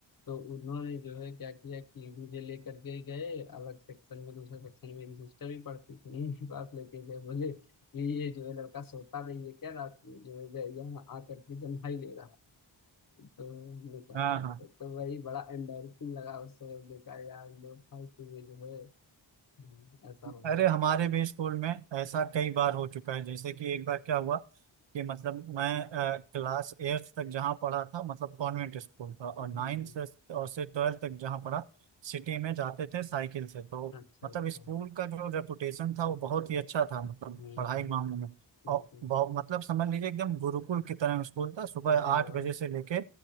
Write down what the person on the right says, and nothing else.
हाँ हाँ
अरे हमारे भी स्कूल में ऐसा कई बार हो चुका है जैसे कि एक बार क्या हुआ कि मतलब मैं अ, क्लास एट्थ तक जहाँ पढ़ा था मतलब कॉन्वेंट स्कूल था और
नाइन्थ
से और से ट्वेल्थ तक जहाँ पढ़ा सिटी में जाते थे साइकिल से तो
मतलब
स्कूल का जो रेपुटेशन था वो बहुत ही अच्छा था मतलब
पढ़ाई मामले में
और बहुत मतलब समझ लीजिए एकदम गुरुकुल की तरह स्कूल था सुबह
आठ
बजे से लेके